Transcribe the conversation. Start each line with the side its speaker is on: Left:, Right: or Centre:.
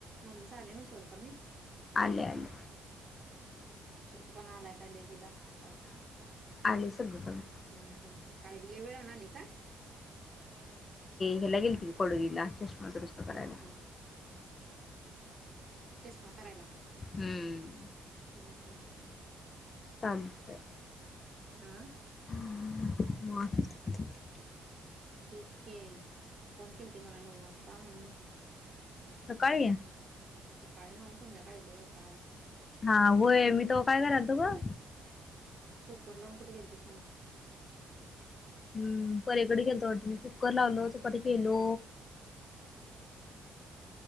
Right: मम्मी चा आल न सोय कमी
Left: आलंय आलंय
Right: तु बनालाय का लय तिला का
Left: आले सगळं
Right: हम् हम् <unintelligible> वेळानं आले का
Left: हेला गेलती कॉडोलीला म दुरुस्त करायला
Right: हा हा चष्मा करायला
Left: हम्म
Right: हूं <unintelligible>
Left: <inaudible>
Right: हाआ
Left: म
Right: तेच के फोन केलीत मला नऊ वाजता म्हणून म्हटलं
Left: सकाळी
Right: सकाळी नव्ह संध्याकाळी ग काल
Left: हा होय मी तवा काय करालतो ग
Right: कुकर लावून कुठे घेेततेस मन क
Left: हम्म पलीकडे गेल तो वाटतं मी कुकर लावलो, चपाती केेलो.
Right: हम्म